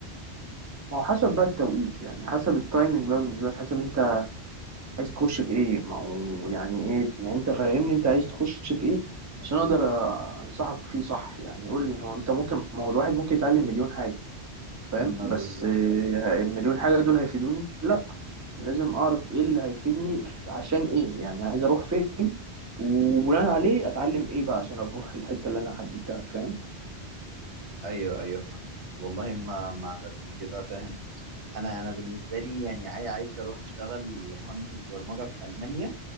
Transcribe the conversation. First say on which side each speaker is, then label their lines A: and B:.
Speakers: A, on the right; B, on the right.
A: هو حسب بقى التوقيت يعني حسب التايمنج بقى بالنسبة لك حسب أنت عايز تخش في ايه ما هو يعني ايه يعني انت فاهمني انت عايز تخش في ايه عشان اقدر أ- انصحك فيه صح يعني قول لي هو انت ممكن ما هو الواحد ممكن يتعلم مليون حاجة فاهم
B: ما
A: بس
B: بالظبط
A: آه،
B: ايوه
A: المليون حاجة دول هيفيدوني لا لازم اعرف ايه اللي هيفيدني ف- عشان ايه يعني عايز اروح فين وبناء عليه اتعلم ايه بقى عشان اروح الحتة اللي انا حددتها فاهم
B: ايوه ايوه فاهمك والله ما ما علشان كده فاهم انا انا بالنسبه لي يعني عاي- عايز اروح اشتغل مهندس برمجه في المانيا